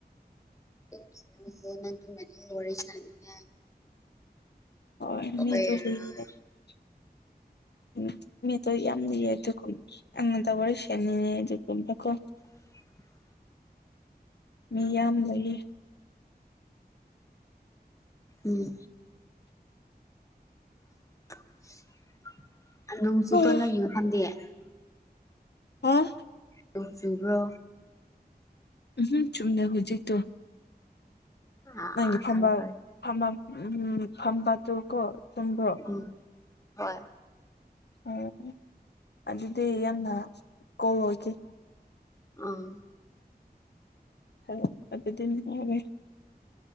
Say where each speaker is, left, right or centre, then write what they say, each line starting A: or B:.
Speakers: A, on the left; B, on the left.
A: <unintelligible> ꯋꯥꯔꯤ ꯁꯥꯅꯤꯡꯉꯥꯏ
B: <unintelligible>
A: ꯇꯧꯕ ꯌꯥꯔꯣꯏ
B: ꯎ ꯝꯃꯤꯇꯣ ꯌꯥꯝ ꯂꯩꯌꯦ ꯑꯗꯨꯒꯨꯝ ꯑꯉꯣꯟꯗ ꯋꯥꯔꯤ ꯁꯦꯅꯤꯡꯅꯦ ꯑꯗꯨꯒꯨꯝꯕꯀꯣ
A: <inaudible>
B: ꯃꯤ ꯌꯥꯝ ꯂꯩꯌꯦ
A: ꯎꯝ <unintelligible>
B: ꯍꯥ ꯑꯣ
A: ꯅꯣꯡ ꯆꯨꯕ꯭ꯔꯣ
B: ꯎꯝꯍꯝ ꯆꯨꯝꯗꯦ ꯍꯨꯖꯤꯛꯇꯣ
A: ꯑꯥ
B: ꯅꯪꯒꯤ
A: ꯑꯥ
B: ꯐꯝꯕ
A: ꯐꯔꯦ ꯐꯔꯦ
B: ꯐꯝꯕ ꯎꯝ ꯐꯝꯕꯗꯨ ꯀꯣ ꯆꯨꯝꯕ꯭ꯔꯣ
A: ꯎꯝ ꯍꯣꯏ
B: ꯑꯣ ꯑꯗꯨꯗꯤ ꯌꯥꯝꯅ ꯀꯣꯜꯂꯣꯏꯀꯤ
A: ꯑꯝ
B: <unintelligible>